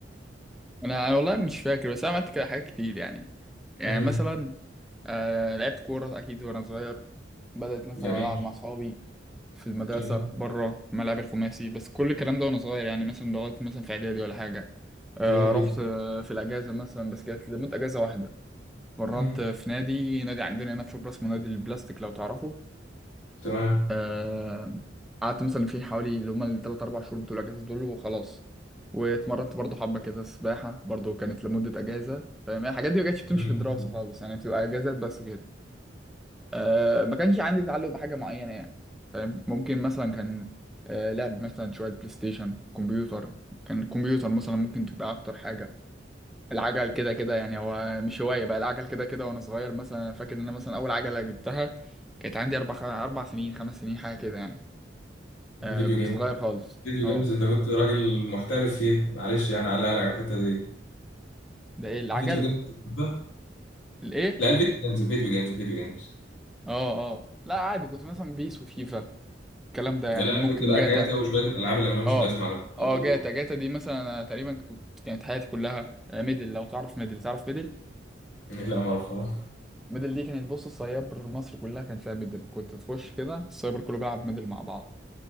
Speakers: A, in the centre; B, on the left.
A: انا انا والله مش فاكر بس انا عملت كده حاجات كتير يعني يعني
B: امم
A: مثلا آه لعبت كوره اكيد وانا صغير بدأت مثلا
B: جميل
A: العب مع اصحابي في المدرسه
B: جميل
A: بره في الملعب الخماسي بس كل الكلام ده وانا صغير يعني مثلا لغايه مثلا في اعدادي ولا حاجه آه
B: جميل
A: رحت
B: جدا
A: آه في الاجازه مثلا بس كانت لمده اجازه واحده اتمرنت
B: امم
A: في نادي نادي عندنا هنا في شبرا اسمه نادي البلاستيك لو تعرفه
B: تمام
A: آه، قعدت مثلا فيه حوالي اللي هما التلات أربع شهور بتوع الأجازة دول وخلاص واتمرنت برضه حبة كده سباحة برضه كانت لمدة أجازة فاهم يعني الحاجات دي ما كانتش بتمشي
B: جميل
A: في الدراسة
B: جدا.
A: خالص يعني بتبقى أجازات بس كده أه ما كانش عندي تعلق بحاجة معينة يعني فاهم ممكن مثلا كان أه لعب مثلا شوية بلاي ستيشن كمبيوتر كان الكمبيوتر مثلا ممكن تبقى أكتر حاجة العجل كده كده يعني هو مش هواية بقى العجل كده كده وأنا صغير مثلا فاكر إن أنا مثلا أول عجلة جبتها كانت عندي أربع أربع سنين خمس سنين حاجة كده يعني آه
B: فيديو
A: كنت
B: جيم
A: صغير خالص
B: فيديو
A: أه
B: جيمز انت كنت راجل محترف فيها معلش يعني على على الحته دي
A: ده إيه العجل
B: فيديو جيمز كنت بتحبها؟
A: الإيه؟
B: لا الفيديو جيمز الفيديو جيمز الفيديو جيمز
A: أه أه لا عادي كنت مثلا بيس وفيفا الكلام ده
B: لا
A: يعني
B: انا
A: ممكن
B: كنت بقى
A: جاتا
B: جاتا وشويه الالعاب اللي مالهمش
A: أه
B: لازمه على الكمبيوتر
A: أه جاتا
B: دول
A: جاتا دي مثلا أنا تقريبا كنت كانت حياتي كلها آه، ميدل لو تعرف ميدل تعرف ميدل؟
B: لا ما اعرفها
A: ميدل دي كانت بص السايبر مصر كلها كان فيها ميدل كنت تخش كده السايبر كله بيلعب ميدل مع بعض